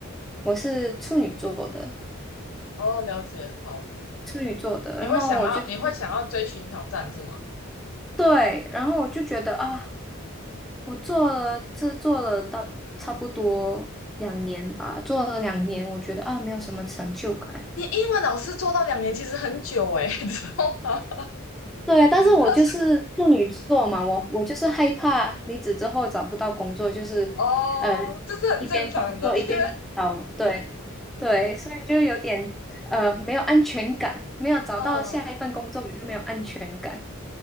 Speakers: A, in the centre; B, on the left.
A: 我是处女座的，
B: 哦，了解，好，
A: 处女座的，
B: 你会想要，
A: 然后我就是
B: 你会想要追寻挑战是吗？
A: 对，然后我就觉得啊，我做了这做了到差不多两年吧，做了两年，我觉得啊，没有什么成就感。
B: 你英文老师做到两年其实很久诶，<laughs> 你知道吗？
A: 对啊，但是我就是处女座嘛，
B: 你知道
A: 我我就是害怕离职之后找不到工作，就是呃
B: 哦，这是很正常的，
A: 一边工作一边找，
B: 因为
A: 对对，所以就有点呃没有安全感，没有找到下一份工作我就没有安全感，
B: 嗯，